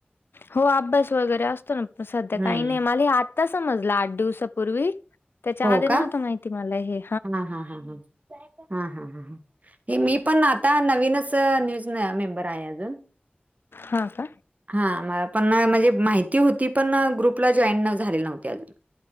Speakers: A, on the left (about 85°); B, on the right (about 45°).
A: हो अभ्यास वगैरे असतो ना सध्या
B: हम्म
A: काही नाही मला हे आ आत्ता समजल आठ दिवसापूर्वी त्याच्या
B: हो
A: आधी
B: का
A: नव्हतं माहिती मला हे
B: हा हा हा हा हा हा हे मी पण आता नवीनच न्यूज मेंबर आहे अजून.
A: हा का
B: हा मला पण म्हणजे माहिती होती पण ग्रुपला जॉईन झाले नव्हती अजून.